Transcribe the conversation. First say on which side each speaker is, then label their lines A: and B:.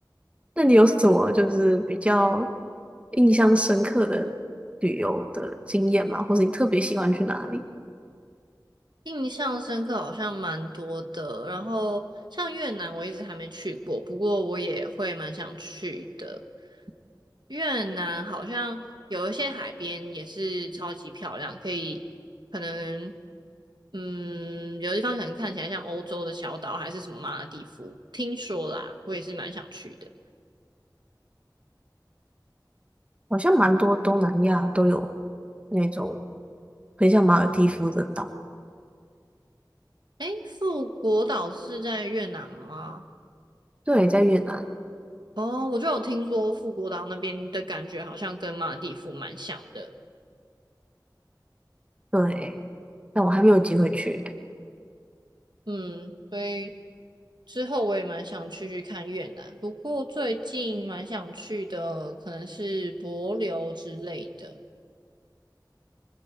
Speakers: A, on the right (about 15°); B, on the right (about 70°).
A: 那你有什么就是比较印象深刻的旅游的经验吗？或者你特别喜欢去哪里？
B: 印象深刻好像蛮多的。然后像越南，我一直还没去过，不过我也会蛮想去的。越南好像有一些海边也是超级漂亮，可以可能嗯，有的地方可能看起来像欧洲的小岛，还是什么马尔地夫，听说啦，我也是蛮想去的。
A: 好像蛮多东南亚都有那种很像马尔地夫的岛，
B: 诶，富国岛是在越南吗？
A: 对，在越南，
B: 哦，我就有听说富国岛那边的感觉好像跟马尔地夫蛮像的，
A: 对，但我还没有机会去。
B: 嗯，所以之后我也蛮想去去看越南，不过最近蛮想去的可能是帛琉之类的。